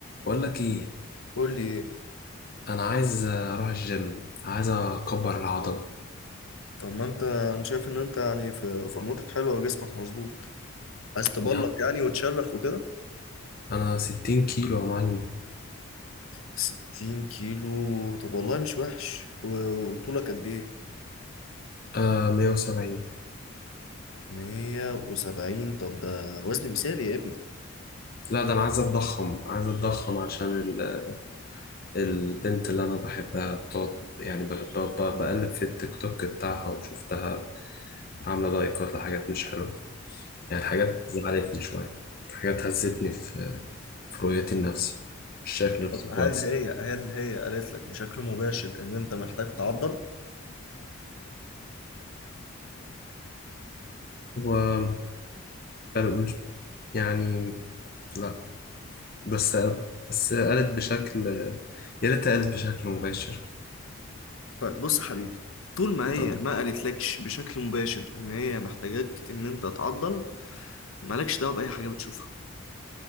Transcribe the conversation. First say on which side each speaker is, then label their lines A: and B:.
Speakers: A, on the left; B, on the left.
A: بقول لك ايه
B: قول لي ايه
A: انا عايز اروح الجيم عايز اكبر العضله
B: طب ما انت انا شايف ان انت يعني في فورمتك حلوه وجسمك مظبوط عايز تبلق
A: يا عم
B: يعني وتشرخ وكده
A: انا 60 كيلو يا معلم
B: 60 كيلو طب والله مش وحش و- وطولك قد ايه
A: آه 170
B: 170 طب ده وزن مثالي يا ابني
A: لا ده انا عايز اتضخم عايز اتضخم عشان ال- البنت اللي انا بحبها بتقعد يعني ب- ب- ب- بقلب في التيك توك بتاعها وشفتها عامله لايكات لحاجات مش حلوه يعني
B: حاج-
A: حاجات زعلتني شويه حاجات هزتني في في رؤيتي لنفسي مش شايف نفسي
B: طب
A: كويس
B: هل هي هل هي قالت لك بشكل مباشر ان انت محتاج تعضل
A: و مش يعني لا بس بس قالت بشكل يا ريت قالت بشكل مباشر
B: طيب بص يا حبيبي طول ما هي
A: طبعا
B: ما قالتلكش بشكل مباشر ان هي محتاجاك ان انت تعضل مالكش دعوه باي حاجه بتشوفها